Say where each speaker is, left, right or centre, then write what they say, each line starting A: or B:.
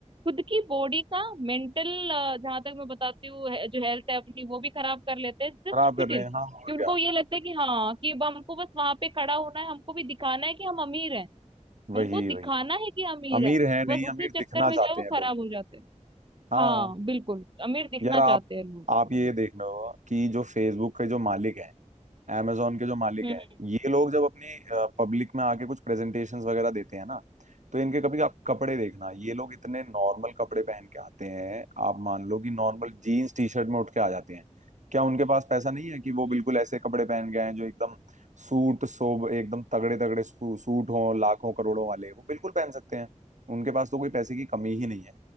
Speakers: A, on the right; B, on the right.
A: खुद की बॉडी का मेंटल जहां तक मैं बताती हूँ हे- जो हेल्थ है अपनी वो भी खराब कर लेते हैं जस्ट
B: खराब
A: फिट
B: कर रहे
A: इन
B: हैं हाँ और
A: कि उनको
B: क्या
A: ये लगता है कि हाँ कि अब हमको बस वहां पे खड़ा होना है हमको भी दिखाना है कि हम अमीर हैं हमको
B: वही
A: दिखाना
B: वही
A: है कि अमीर
B: अमीर
A: है
B: है
A: बस
B: नहीं
A: उसी
B: अमीर दिखना
A: चक्कर में जो
B: चाहते
A: है वो
B: हैं
A: खराब
B: लोग
A: हो जाते हैं
B: हाँ
A: हाँ बिल्कुल अमीर दिखना
B: यार आप
A: चाहते हैं लोग
B: आप ये देख लो कि जो फेसबुक के जो मालिक हैं amazon के जो मालिक
A: हम्म
B: हैं ये लोग जब अपनी पब्लिक में आके कुछ प्रेजेंटेशंस वगैरह देते हैं ना तो इनके कभी आप कपड़े देखना ये लोग इतने नॉर्मल कपड़े पहन के आते हैं आप मान लो कि नॉर्मल जीन्स टी शर्ट में उठ के आ जाते हैं क्या उनके पास पैसा नहीं है कि वो
A: हम्म,
B: बिल्कुल ऐसे कपड़े पहन गए हैं जो एकदम सूट सोब एकदम तगड़े तगड़े सू, सूट हों लाखों करोड़ों वाले वो बिल्कुल पहन सकते हैं उनके पास तो कोई पैसे की कमी ही नहीं है